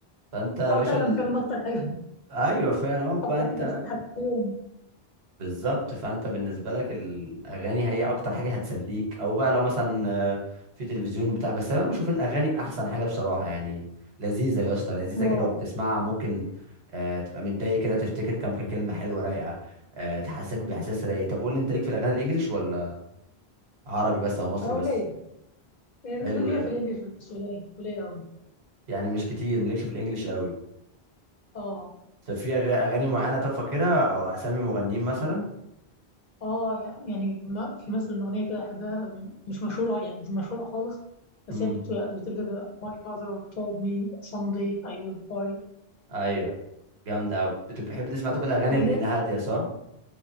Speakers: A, on the right (about 80°); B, on the left (about 55°).
A: فانت يا
B: اه
A: باشا
B: فعلا
A: ال...
B: فعلا اكتر حاجه
A: ايوه فعلا
B: <laughs>
A: اهو بقى
B: اكتر
A: انت
B: حاجه اسمها في اليوم
A: بالظبط فانت بالنسبه لك الاغاني هي اكتر حاجه هتسليك او بقى لو مثلا آه، في تلفزيون بتاع بس انا بشوف الاغاني احسن حاجه بصراحه يعني لذيذه يا اسطى لذيذه
B: اه
A: كده وبتسمعها ممكن آه، تبقى متضايق كده تفتكر كام كلمه حلوه رايقه آه، تحسسك باحساس رايق طب قول لي انت ليك في الاغاني الانجليش ولا عربي بس او مصري
B: آه، قليل
A: بس
B: اللي
A: حلو ده
B: هي في الانجليش بس قليل قليل قوي
A: يعني مش كتير مالكش في الانجليش قوي
B: اه
A: طب في أغ- اغاني معينه طب فاكرها او اسامي مغنيين مثلا
B: اه يعني ما في مثلا اغنيه كده احبها مش مشهوره يعني مش مشهوره خالص بس
A: امم
B: هي بت- بتبدا ب My mother told me someday I will buy
A: ايوه جامده أوي. بتحب تسمع طب الاغاني
B: Gali
A: ال- الهاديه صح